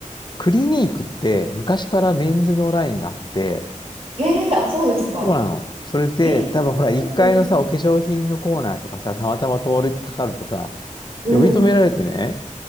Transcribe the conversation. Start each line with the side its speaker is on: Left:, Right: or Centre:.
Left: クリニークって昔からメンズのラインがあって、
Right: へえ、あ、そうですか。
Left: そうなの。それで、
Right: へえ、
Left: 多分ほら、1階のさ、
Right: うん、
Left: お化粧品のコーナーとかさ、たまたま通りかかるとさ、
Right: うん、
Left: 呼び止められてね、